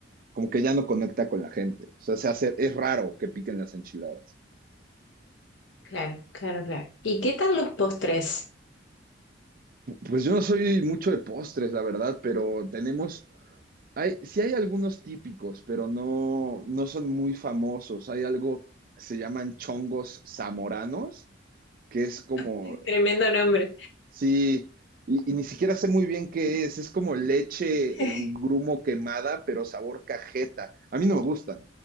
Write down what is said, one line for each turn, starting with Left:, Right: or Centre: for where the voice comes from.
Right: como que ya no conecta con la gente. O sea, se hace, es raro que piquen las enchiladas.
Left: Claro, claro, claro. ¿Y qué tal los postres?
Right: Pues yo no soy mucho de postres, la verdad, pero tenemos, hay, sí hay algunos típicos, pero no, no son muy famosos. Hay algo que se llaman chongos zamoranos que es
Left: <laughs>
Right: como,
Left: Tremendo nombre.
Right: sí, y, y, ni siquiera sé muy bien qué es, es como leche
Left: <laughs>
Right: en grumo quemada, pero sabor cajeta. A mí no me gustan.